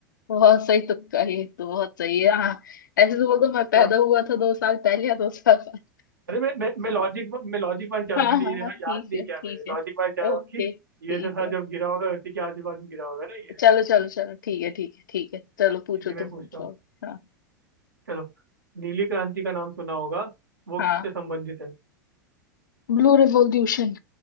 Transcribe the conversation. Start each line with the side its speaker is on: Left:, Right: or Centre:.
Left: बहुत सही तुक्का ये तो बहुत सही है हाँ ऐसे तो बोल दो मैं पैदा
Right: क्या
Left: हुआ था दो साल पहले या दो साल बाद।
Right: अरे मैं मैं मैं लॉजिक मैं लॉजिक वाइज
Left: <laughs>
Right: जा रहा
Left: हाँ
Right: हूँ मैंने
Left: हाँ
Right: ये
Left: हाँ,
Right: यहाँ-
Left: ठीक
Right: याद नहीं
Left: है
Right: किया
Left: ठीक
Right: मैंने
Left: है
Right: लॉजिक वाइज जा रहा
Left: ओके
Right: हूँ कि
Left: ठीक
Right: यूएसएसआर
Left: है
Right: जब गिरा होगा उसी के आजू बाजू गिरा होगा ना ये
Left: चलो चलो चलो ठीक है ठीक है ठीक है चलो पूछो
Right: ठीक है मैं
Left: तुम
Right: पूछता
Left: पूछो
Right: हूँ
Left: हाँ
Right: चलो नीली क्रांति का नाम सुना होगा वो
Left: हाँ
Right: किससे संबंधित है
Left: ब्लू रिवॉल्यूशन